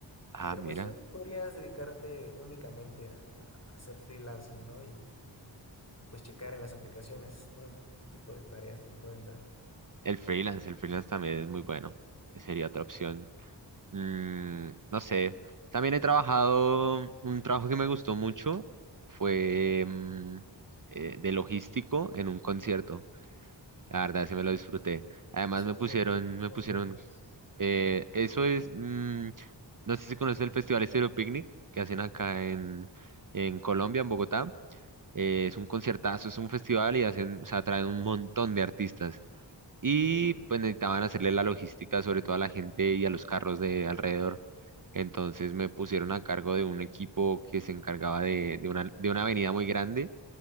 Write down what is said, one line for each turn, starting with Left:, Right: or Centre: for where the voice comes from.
Right: ah,
Left: Pero
Right: mira,
Left: pues sí, podrías dedicarte únicamente a, a ser freelancer, ¿no? Y pues checar en las aplicaciones, ¿no? Qué tipo de tareas te pueden dar.
Right: el freelance, el freelance también es muy bueno. Sería otra opción. Mm, no sé. También he trabajado, un trabajo que me gustó mucho fue mm, eh, de logístico en un concierto. La verdad, sí me lo disfruté. Además
Left: Eso
Right: me
Left: como,
Right: pusieron, me
Left: ¿cómo
Right: pusieron,
Left: fue?
Right: eh, eso es, mm, no sé si conoces el Festival Estéreo Picnic que hacen acá en, en Colombia, en Bogotá. Eh, es un conciertazo, es un festival y hacen, o sea, traen un montón de artistas y
Left: Ok.
Right: pues necesitaban hacerle la logística sobre todo a la gente y a los carros de alrededor. Entonces me pusieron a cargo de un equipo que se encargaba de, de una, de una avenida muy grande,